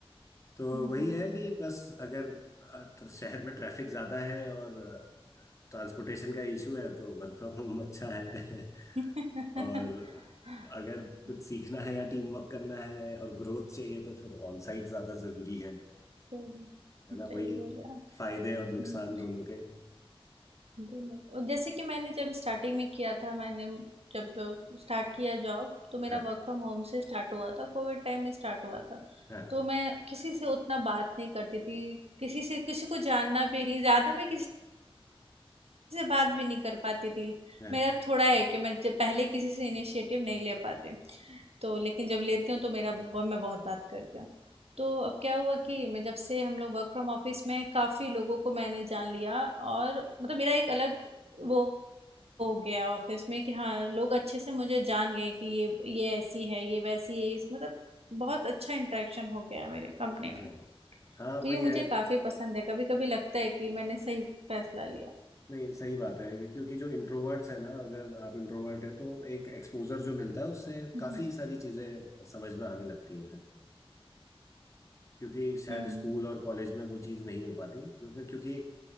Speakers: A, on the left; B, on the right.
A: तो
B: हम्म,
A: वही है कि बस अगर अ, ट्र- शहर में ट्रैफिक ज्यादा है और ट्रांसपोर्टेशन का इशू है तो वर्क फ्रॉम होम अच्छा है <laughs>
B: हम्म।
A: और
B: <laughs>
A: अगर कुछ सीखना है या टीम वर्क करना है और ग्रोथ चाहिए तो फिर ऑन साइट ज्यादा जरूरी है
B: सही
A: है ना
B: सही
A: वही
B: बोले आप
A: फायदे
B: हम्म।
A: और नुकसान दोनों के
B: दोनों और जैसे कि मैंने जब स्टार्टिंग में किया था मैंने जब स्टार्ट किया जॉब तो मेरा
A: हाँ
B: वर्क फ्रॉम होम से स्टार्ट हुआ था कोविड टाइम में स्टार्ट हुआ था
A: हाँ
B: तो मैं किसी से उतना बात नहीं करती थी किसी से किसी को जानना भी नहीं ज़्यादा मैं किसी से बात भी नहीं कर पाती थी
A: हाँ
B: मेरा थोड़ा है कि मैं जब पहले किसी से इनिशिएटिव नहीं ले पाती तो लेकिन जब लेती हूँ तो मेरा ब- मैं बहुत बात करती हूँ तो अब क्या हुआ कि मैं जब से हम लोग वर्क फ्रॉम ऑफिस में हैं, काफ़ी लोगों को मैंने जान लिया और मतलब मेरा एक अलग वो हो गया ऑफिस में कि हाँ लोग अच्छे से मुझे जान गए कि ये ये ऐसी है ये वैसी है इस मतलब बहुत अच्छा इंटरेक्शन हो गया है मेरे कंपनी में
A: जी हाँ वही
B: तो ये मुझे
A: है
B: काफ़ी पसंद है कभी कभी लगता है कि मैंने सही फैसला लिया
A: नहीं सही बात है क्योंकि जो इंट्रोवर्ट्स है ना अगर आप इंट्रोवर्ट है तो एक एक्सपोजर जो मिलता है उससे
B: हम्म
A: काफी
B: हम्म
A: सारी चीजें समझ में आने लगती हैं फिर क्योंकि शायद
B: हम्म,
A: स्कूल
B: हम्म।
A: और कॉलेज में वो चीज़ नहीं हो पाती तो फिर क्योंकि